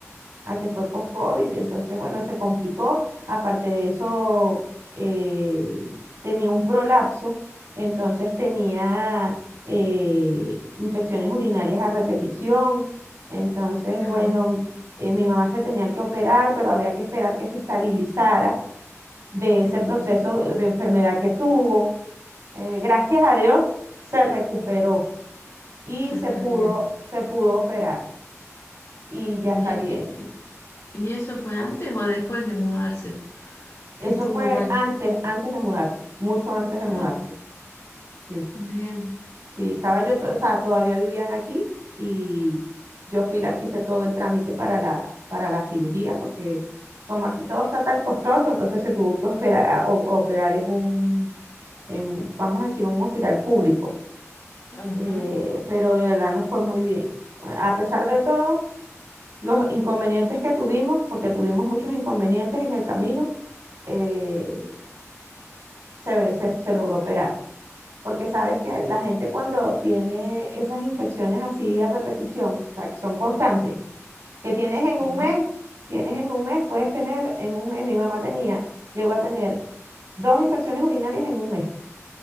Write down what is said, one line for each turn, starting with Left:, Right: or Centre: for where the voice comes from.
Right: a que fue post-COVID, entonces, bueno, se complicó. Aparte de eso, eh, tenía un prolapso, entonces tenía eh, infecciones urinarias a repetición. Entonces,
Left: claro.
Right: bueno, eh, mi mamá se tenía que operar, pero había que esperar que se estabilizara de
Left: Ujú,
Right: ese proceso de enfermedad que tuvo. Eh, gracias a Dios se recuperó y
Left: Ya
Right: se
Left: está
Right: pudo,
Left: bien.
Right: se pudo operar y
Left: Bien,
Right: ya está bien.
Left: ¿y, y- y eso fue antes o después de mudarse?
Right: Eso
Left: Que estuvo
Right: fue
Left: mal.
Right: antes, antes de mudarse, mucho antes de
Left: Ah,
Right: mudarse. Sí,
Left: bien.
Right: sí, estaba yo, to- o sea, todavía vivían aquí y yo fui la que hice todo el trámite para la, para la cirugía, porque como aquí todo está tan costoso, entonces se tuvo que operar, operar en un, en, vamos a decir, un hospital público.
Left: Ajá,
Right: Eh, pero de verdad nos fue muy bien. A pesar de todo, los inconvenientes que tuvimos, porque tuvimos muchos inconvenientes en el camino, eh, se, se se logró operar. porque sabes que la gente cuando tiene esas infecciones así a repetición, o sea, que son constantes, que tienes
Left: sí,
Right: en un mes, tienes en un mes, puedes tener en un mes, mi mamá tenía, llegó a tener dos infecciones urinarias en un mes.